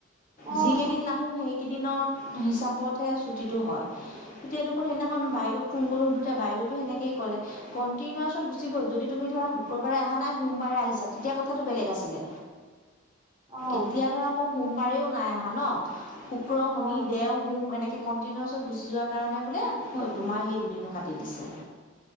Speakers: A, on the right; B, on the left.
A: অ',
B: যি কেইদিন নাহো সেইকেইদিনত হিচাপতহে ছুটীটো হয় তেতিয়া দেখোন সেইদিনাখন বাইদেউক ফোন কৰি সুধোতে বাইদেউটো সেনেকেই কলে কনটিনোৱাচ গুচি গ'ল যদি তুমি ধৰা শুক্ৰবাৰে অহা নাই সোমবাৰে আহিছা তেতিয়া কথাটো বেলেগ আছিলে
A: অ',
B: এতিয়া ধৰা মই সোমবাৰেও নাই অহা ন শুক্ৰ শনি
A: অ',
B: দেও হোম এনেকে কণ্টিনিউৱাছত গুচি যোৱাৰ কাৰণে বোলে তোমাৰ সেই দুদিনো কাটি দিছে